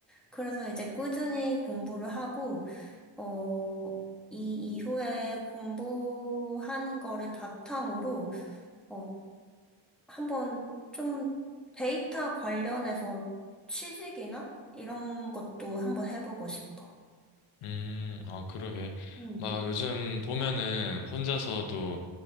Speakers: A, in the centre; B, on the left.
A: 그래서 이제 꾸준히 공부를 하고, 어, 이 이후에 공부한 거를 바탕으로, 어, 한번 좀 데이터 관련해서 취직이나 이런 것도 한번 해보고 싶어.
B: 음, 아, 그러게.
A: 응.
B: 막 요즘 보면은 혼자서도